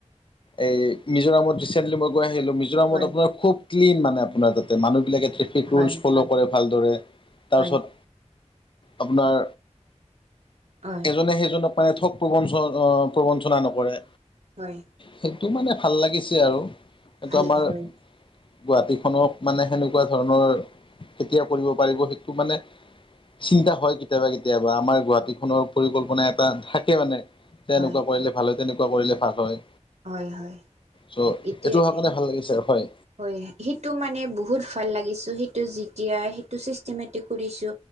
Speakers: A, on the left; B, on the right.
A: এই মিজোৰামত ৰিচেণ্টলি মই গৈ আহিলোঁ। মিজ
B: হয়
A: আপোনাৰ খুব ক্লিন মানে। আপোনাৰ তাতে মানুহ বিলাকে ট্ৰেফিক
B: হয়
A: ৰুল ফল' কৰে ভালদৰে। তাৰপিছত।
B: হয়
A: আপোনাৰ।
B: হয়
A: এজনে এজনক পাই ঠক প্ৰবনচক অ। প্ৰবঞ্চনা নকৰে।
B: হয়
A: সেইটো মানে ভাল লাগিছে আৰু। কিন্তু
B: ভাল
A: আমাৰ।
B: হয়
A: গুৱাহাটীখনক মানে সেনেকুৱা ধৰণৰ, কেতিয়া কৰিব পাৰিব সেইটো মানে। চিন্তা হয়। কেতিয়াবা -কেতিয়াবা আমাৰ গুৱাহাটীখনৰ পৰিকল্পনা এটা থাকে মানে। যে
B: হয়
A: এনেকুৱা কৰিলে ভাল হয় তেনেকুৱা কৰিলে ভাল হয়।
B: হয় হয়
A: চ'
B: এতিয়া
A: এইটো অহাৰ কাৰণে ভাল লাগিছে। হয়
B: হয়। সেইটো মানে বহুত ভাল লাগিছে সেইটো যেতিয়াই সেইটো চিষ্টেমেটিক কৰিছো।